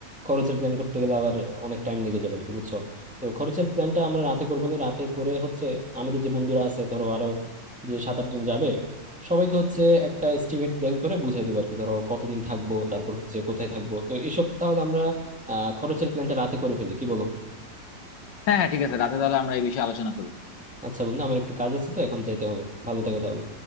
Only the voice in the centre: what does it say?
খরচের প্ল্যান করতে গেলে আবার অনেক টাইম লেগে যাবে আর কি বুঝছো তো খরচের প্ল্যানটা আমরা রাতে করবো না রাতে করে হচ্ছে আমাদের যে বন্ধুরা আছে ধরো আরো যে সাত আট জন যাবে সবাইকে হচ্ছে একটা এস্টিমেট প্ল্যান করে বুঝাই দিব আর কি ধরো কতদিন থাকবো তারপর হচ্ছে কোথায় থাকবো তো এসব তাহলে আমরা আহ খরচের প্ল্যানটা রাতে করে ফেলি কি বলো
আচ্ছা বন্ধু আমার একটু কাজ আছে তো এখন যাইতে হবে ভালো থেকো তাহলে